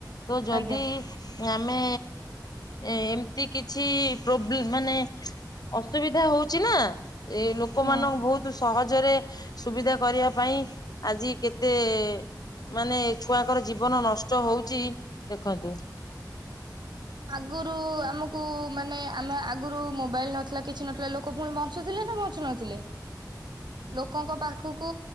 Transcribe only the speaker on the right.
ଆଜ୍ଞା
ହୁଁ।
ଆଗରୁ ଆମକୁ, ମାନେ ଆମେ ଆଗରୁ ମୋବାଇଲ ନଥିଲା, କିଛି ନଥିଲା ଲୋ ଲୋକ ପୁଣି ବଞ୍ଚୁଥିଲେ ନା, ବଞ୍ଚୁ ନଥିଲେ।
ଲୋକଙ୍କ ପାଖକୁ